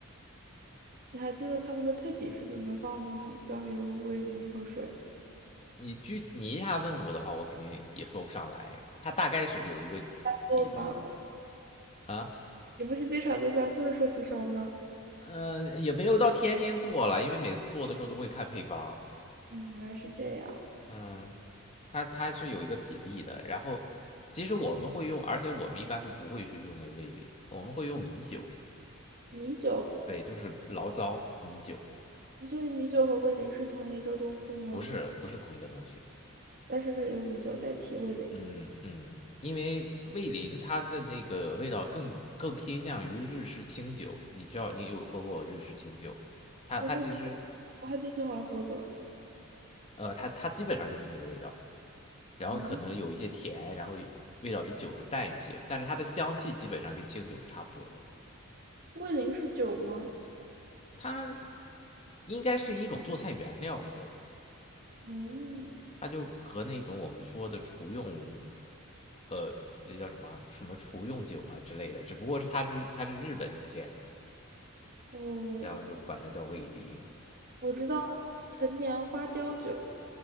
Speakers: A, on the right; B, on the left.
A: 你还记得他们的配比是怎么放的吗？酱油、味淋和水
B: 你具你一下问我的话，我肯定也说不上来，它大概是有一个
A: 做吗？
B: 比例的啊。
A: 你不是经常在家做寿喜烧吗？
B: 嗯，也没有到天天做了，因为每次做的时候都会看配方。
A: 嗯，原来是这样。
B: 嗯，它它是有一个比例的。然后，其实我们会用，而且我们一般都不会去用那个味蕾，我们会用米酒。
A: 米酒，
B: 对，就是醪糟米酒，
A: 所以米酒和味淋是同一个东西吗？
B: 不是不是同一个东西。
A: 但是可以用米酒代替味淋。
B: 嗯嗯，因为味淋它的那个味道更更偏向于日式清酒，你知道你有喝过日式清酒，它它其实
A: 我喝，我还挺喜欢喝的。
B: 呃它它基本上就是那个味道。然后可能有一些甜，
A: 嗯，
B: 然后味道比酒要淡一些，但是它的香气基本上跟清酒是差不多的。
A: 味淋是酒吗？
B: 它应该是一种做菜原料，我觉得
A: 嗯，
B: 它就和那种我们说的厨用，呃，那叫什么啊什么厨用酒啊之类的，只不过是它是它是日本出现的，
A: 哦，
B: 然后就管它叫味淋，
A: 我知道陈年花雕酒，